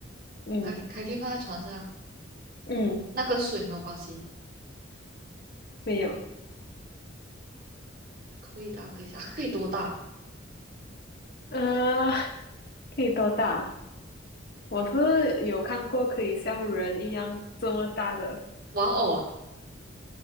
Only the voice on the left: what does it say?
嗯
嗯，
没有，
呃，可以多大？我是有看过可以像人一样这么大的，